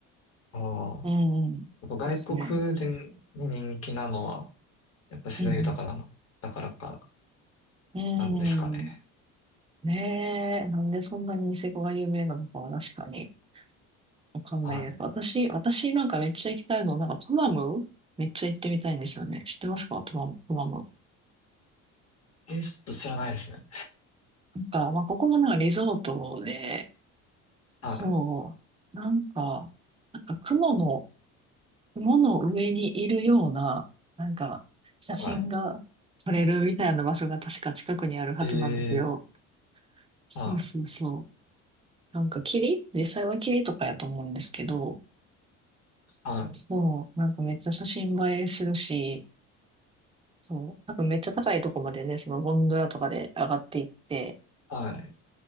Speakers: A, on the left; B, on the right.
A: あ
B: うんうん。
A: あ、やっぱ外国人に人気なのは、
B: ですね。
A: やっぱ自然豊かなの、
B: うん
A: だからか、
B: うん。
A: なんですかね。
B: ねえ、なんでそんなにニセコが有名なのかは確かにわかんないです。
A: は
B: 私、私なんかめっちゃ行きたいの、なんかトマムめっちゃ行ってみたいんですよね。知ってますかトマム、トマム。
A: い。えー、ちょっと知らないですね。
B: なんか、まあ、ここもなんかリゾートで、
A: はい。
B: そう、なんか、なんか雲の、雲の上にいるような、なんか、写真が撮れるみたいな場所が確か近くにあるはずなんですよ。
A: はい。え
B: そうそうそ
A: ー、はい。
B: う。なんか霧実際は霧とかやと思うんですけど、
A: はい。
B: そう、なんかめっちゃ写真映えするし、そう、多分めっちゃ高いとこまでね、そのゴンドラとかで上がっていって、
A: はい。